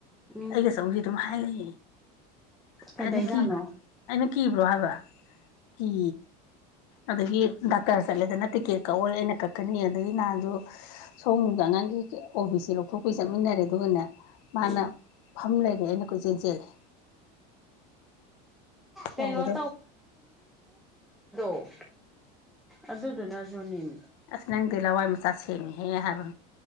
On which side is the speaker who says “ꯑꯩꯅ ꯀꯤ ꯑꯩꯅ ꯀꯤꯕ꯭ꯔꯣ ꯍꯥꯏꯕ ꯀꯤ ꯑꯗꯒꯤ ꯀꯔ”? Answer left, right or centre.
Left